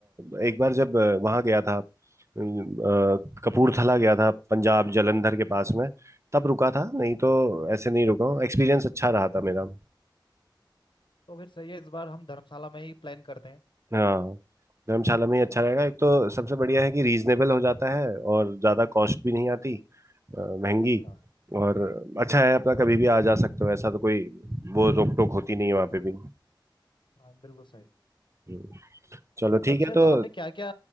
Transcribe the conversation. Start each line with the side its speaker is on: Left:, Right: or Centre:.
Right: अ, एक बार जब अ, वहाँ गया था अम, अ, कपूरथला गया था पंजाब जालंधर के पास में तब रुका था नहीं तो ऐसे नहीं रुका हूँ एक्सपीरियंस अच्छा रहा था मेरा
Left: तो फिर सही है इस बार हम धर्मशाला में ही प्लान करते हैं
Right: हाँ धर्मशाला में ही अच्छा रहेगा एक तो सबसे बढ़िया है कि रीजनेबल हो जाता है और ज़्यादा कॉस्ट भी नहीं आती अ, महंगी
Left: हाँ
Right: और अच्छा है अपना कभी भी आ जा सकते हो ऐसा तो कोई वो रोक टोक होती नहीं है वहाँ पे भी
Left: हाँ, बिल्कुल सही
Right: हम्म, चलो ठीक
Left: अच्छा
Right: है
Left: तो
Right: तो
Left: आपने क्या क्या